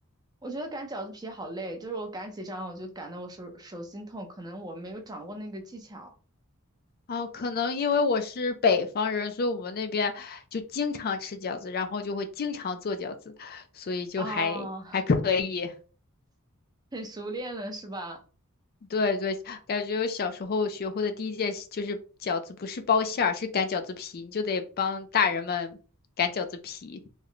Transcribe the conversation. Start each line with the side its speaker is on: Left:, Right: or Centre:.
Right: 我觉得擀饺子皮好累，就是我擀几张我就擀得我手手心痛，可能我没有掌握那个技巧。
Left: 哦，可能因为我是北方人，所以我们那边就经常吃饺子，然后就会经常做饺子，所以就还还可以。
Right: 哦，很熟练了是吧？
Left: 对对，感觉我小时候学会的第一件事就是饺子不是包馅儿，是擀饺子皮，你就得帮大人们擀饺子皮。